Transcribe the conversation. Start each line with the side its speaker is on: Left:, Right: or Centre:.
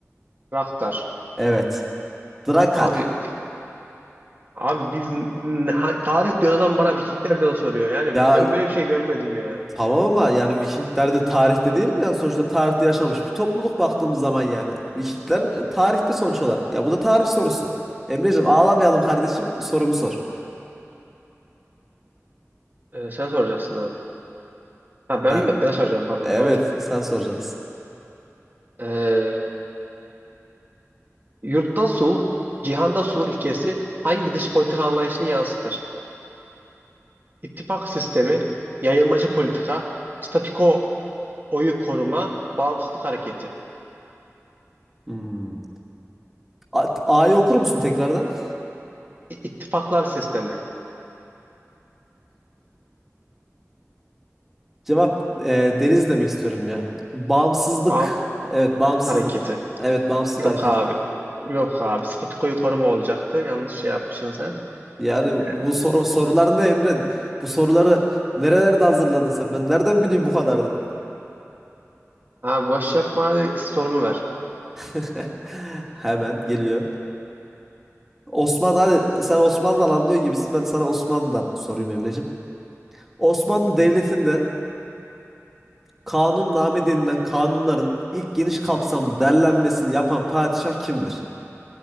Right: Raktar.
Centre: Evet. Drakar.
Right: Abi abi biz n- ha- tarih diyor adam bana Vikinglerden soruyor. Yani
Centre: Ya
Right: ben böyle bir şey görmedim ya.
Centre: tamam ama yani Vikingler de tarihte değil mi? Yani sonuçta tarihte yaşamış bir topluluk baktığımız zaman yani. Vikingler e, tarihte sonuç olarak. Ya bu da tarih sorusu. Emreciğim ağlamayalım kardeşim sorumu sor.
Right: Ee, sen soracaksın abi. Ha ben
Centre: Ha,
Right: mi? ben soracağım pardon
Centre: evet
Right: doğru.
Centre: sen soracaksın.
Right: Ee, yurtta sulh, cihanda sulh ilkesi hangi dış politika anlayışını yansıtır? İttifak sistemi, yayılmacı politika, statiko oyu koruma, bağımsızlık hareketi,
Centre: Hmm. A- A'yı okur musun tekrardan?
Right: İ- ittifaklar sistemi,
Centre: Cevap e, deniz demek istiyorum ya. Bağımsızlık.
Right: bağım
Centre: Evet bağımsızlık.
Right: hareketi.
Centre: Evet bağımsızlık
Right: Yok
Centre: hareketi.
Right: abi. Yok abi. Statikoyu koruma olacaktı. Yanlış şey yapmışsın sen.
Centre: Yani
Right: Ee,
Centre: bu sor- sorular ne Emre? Bu soruları nerelerde hazırladın sen? Ben nereden bileyim bu kadarını?
Right: abi boş yapma hadi sorumu ver.
Centre: <laughs> Hemen geliyor. Osman hadi sen Osman'dan anlıyor gibisin. Ben sana Osman'dan sorayım Emreciğim. Osmanlı Devleti'nde kanunname denilen kanunların ilk geniş kapsamlı derlenmesini yapan padişah kimdir?